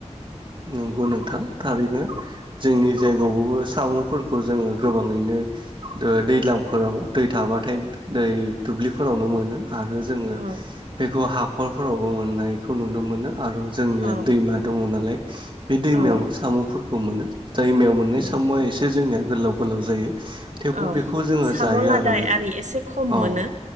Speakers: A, on the right; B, on the right.
A: नंगौ नोंथां थारैनो जोंनि जायगायावबो सामफोरखौ जोङो गोबांङैनो ओ दैज्लांफोराव दै थाबाथाय दै <unintelligible> ब्लिफोरावनो मोनो आरो जोङो
B: औ
A: बेखौ हाखरफोरावबो मोननायखौ नुनो मोनो आरो जोंनिया
B: औ
A: दैमा दंङ नालाय बे दैमायावबो
B: औ
A: सामफोरखौ मोनो दैमायाव मोननाय
B: औ
A: सामुआ एसे जोंनिया गोलाव गोलाव जायो थेवबो
B: औ
A: बेखौ जोङो
B: साम'
A: जायो
B: लादाय
A: आरो नोंथां
B: आरि एसे खम
A: अ
B: मोनो